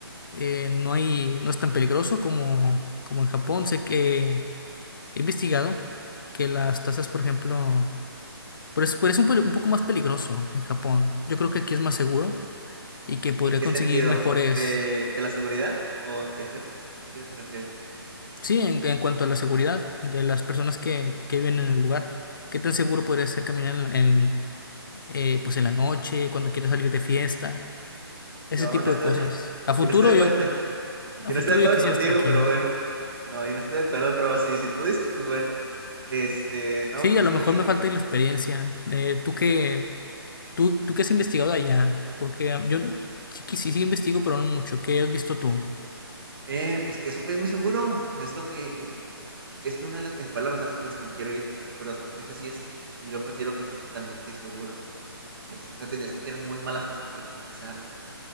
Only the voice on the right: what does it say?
¿En qué
sentido?
¿De, de la seguridad? ¿O en qué te- sentido te refieres?
Yo
no estoy,
<laughs>
yo no estoy de acuerdo.
<laughs>
Yo
no estoy de acuerdo
contigo,
pero bueno. No, yo no estoy de acuerdo, pero sí, si tú dices, pues bueno. Este, no,
pues
está
bien.
Eh, pues que es un país muy seguro. Es lo que es una de las principales razones por las que me quiero ir. Pero est- eso sí es, yo considero que sí es totalmente seguro. Este, o sea, tendrías que tener muy mala suerte para que te pase algo.